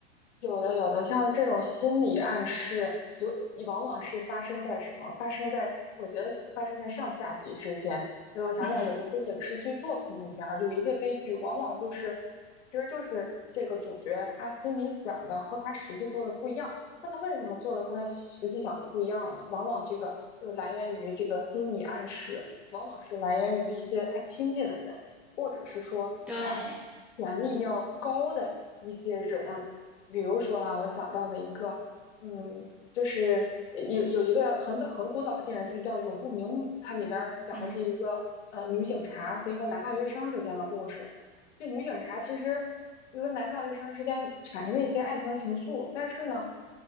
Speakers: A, on the left; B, in the centre.
A: 有的有的，像是这种心理暗示，有往往是发生在什么？发生在我觉得是发生在上下级之间。所以我想起来有一些影视剧作品里边儿，
B: 嗯，
A: 有一些悲剧，往往就是其实就是这个主角他心里想的和他实际做的不一样。那他为什么做的和他实际想的不一样呢？往往这个就是来源于这个心理暗示，往往是来源于一些他亲近的人，或者是说比他
B: 对，
A: 权力要高的一些人。比如说啊，我想到了一个，嗯，就是呃有有一个很早很古早的电视剧叫《永不瞑目》，它里边儿讲的是一个呃女警察和一个男大学生之间的故事。
B: 嗯，
A: 这女警察其实就跟男大学生之间产生了一些爱情的情愫，但是呢，